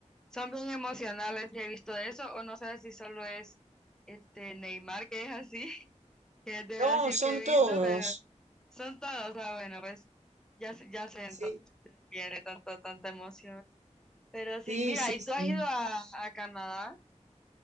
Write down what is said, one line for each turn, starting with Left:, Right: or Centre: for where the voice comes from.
Centre: Son bien emocionales, he visto eso, o no sé si solo es este Neymar que es así, <laughs> que es de
Right: no,
Centre: Brasil
Right: son
Centre: que he
Right: todos.
Centre: visto, pero son todos, ah, bueno, pues ya, sé- ya sé entonces
Right: Sí,
Centre: de dónde viene tanto, tanta emoción. Pero sí,
Right: sí,
Centre: mira,
Right: sí,
Centre: ¿y tú has
Right: sí.
Centre: ido a, a Canadá?